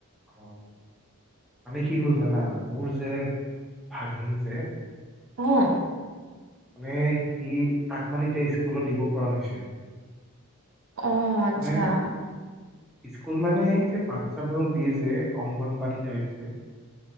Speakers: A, in the centre; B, on the right (about 60°).
A: অঁ মানে কি হ'ল জানা মোৰ যে ভাগিন যে
B: অঁ
A: মানে সি তাক মানে এতিয়া স্কুলত দিব পৰা হৈছে।
B: অ', আচ্ছা
A: মানে স্কুল মানে সেই যে বাচ্ছাবোৰক দিয়ে যে অংগনবাদী টাইপ যে।